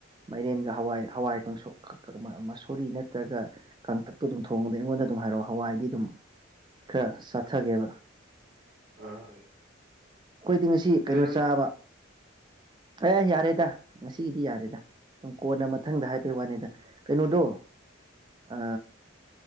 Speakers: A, on the right; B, on the right.
A: ꯃꯥꯏꯔꯦꯟꯒ ꯍꯋꯥꯏ ꯍꯋꯥꯏ ꯀꯥꯡ ꯃꯁꯣꯔꯤ ꯅꯠꯇ꯭ꯔꯒ ꯀꯥꯡꯇꯛꯇꯣ ꯑꯗꯨꯝ ꯊꯣꯡꯉꯗ ꯑꯩꯉꯣꯟꯗ ꯑꯗꯨꯝ ꯍꯥꯏꯔꯛꯑꯣ ꯍꯋꯥꯏꯗꯤ ꯑꯗꯨꯝ ꯈꯔ ꯆꯠꯊꯒꯦꯕ
B: ꯑ ꯍꯣꯏ
A: ꯑꯩꯈꯣꯏꯗꯤ ꯉꯁꯤ ꯀꯩꯅꯣ
B: ꯂꯩꯔꯝ
A: ꯆꯥꯕ ꯑꯦ ꯌꯥꯔꯦꯗ ꯉꯁꯤꯒꯤꯗꯤ ꯌꯥꯔꯦꯗ ꯀꯣꯟꯅ ꯃꯊꯪꯗ ꯍꯥꯏꯕꯩ ꯋꯥꯅꯤꯗ ꯀꯩꯅꯣꯗꯣ ꯑ